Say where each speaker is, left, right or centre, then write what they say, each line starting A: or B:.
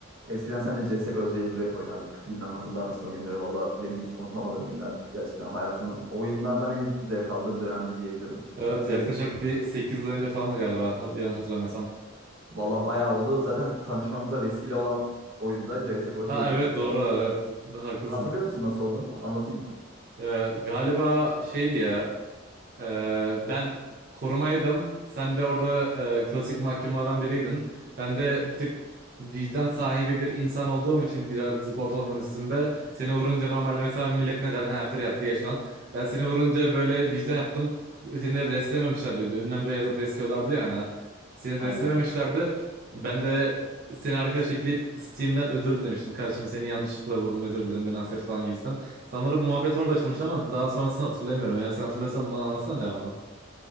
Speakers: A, on the right; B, on the right.
A: Eskiden seninle CSGO Jailbreak oynardık. Bilmem hatırlar mısın o günleri? Valla benim hiç unutamadığım günler. Gerçekten hayatımın oyunlardan en zevk aldığım dönemdi diyebilirim.
B: Evet yaklaşık
A: CSGO Jailbreak.
B: bir 8 yıl önce falan galiba ha- yanlış hatırlamıyorsam.
A: Valla bayağı oldu. Zaten tanışmamıza vesile olan oyunda CSGO
B: Ha
A: Jailbreak'tir.
B: evet doğru evet haklısın.
A: Hatırlıyor musun nasıl olduğunu? Anlatayım mı?
B: Ee, galiba şeydi ya Ee, ben korumaydım. Sen de orada e, klasik mahkumlardan biriydin. Ben de bir tık vicdan sahibi bir insan olduğum için birazcık ortalamanın üstünde. Seni vurunca normalde mesela millet ne der? Ha free attı geç falan. Ben seni vurunca böyle vicdan yaptım. Seni de reslememişlerdi bir de. Ünlemre yazıp resliyorlardı ya hani. Seni
A: Aynen.
B: reslememişlerdi. Ben de seni arkadaş ekleyip Steam'den özür dilemiştim. Kardeşim seni yanlışlıkla vurdum özür dilerim beni affet falan gibisinden. Sanırım muhabbet orada açılmıştı ama daha sonrasını hatırlayamıyorum. Eğer sen hatırlıyorsan bana anlatsana devamını. <laughs>